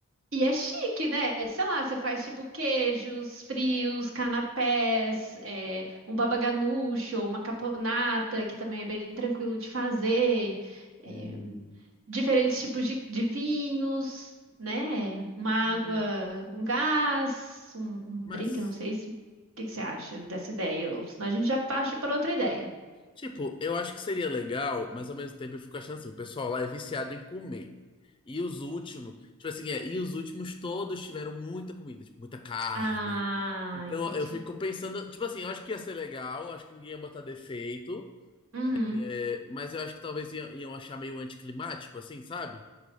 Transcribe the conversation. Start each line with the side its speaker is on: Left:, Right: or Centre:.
Right: E é chique, né? Sei lá, você faz tipo queijos, frios, canapés, é, um baba ganoush ou uma caponata, que também é bem tranquilo de fazer. É,
Left: Hum,
Right: diferentes tipos de, de vinhos, né? Uma
Left: hum,
Right: água com gás, um, um
Left: mas.
Right: drink, eu não sei se. O que que você acha dessa ideia? Ou senão a gente já parte para outra ideia.
Left: Tipo, eu acho que seria legal, mas ao mesmo tempo eu fico achando assim, o pessoal lá é viciado em comer. E os últimos, tipo assim, é, e os últimos todos tiveram muita comida, tipo, muita carne.
Right: Ah,
Left: Então
Right: entendi.
Left: eu fico pensando, tipo assim, eu acho que ia ser legal, eu acho que ninguém ia botar defeito,
Right: Uhum.
Left: é, mas eu acho que talvez iam, iam achar meio anticlimático, assim, sabe?